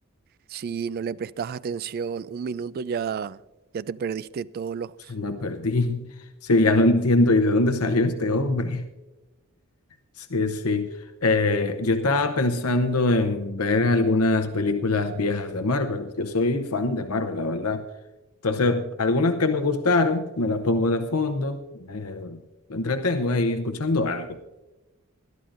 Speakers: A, on the right; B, on the left.
A: si no le prestas atención, un minuto ya, ya te perdiste todos los...
B: O sea, me perdí. <laughs> Sí, ya no entiendo y de dónde salió este hombre. Sí, sí. Eh, yo estaba pensando en ver algunas películas viejas de Marvel. Yo soy fan de Marvel, la verdad. Entonces, algunas que me gustaron, me las pongo de fondo, eh, me entretengo ahí escuchando algo.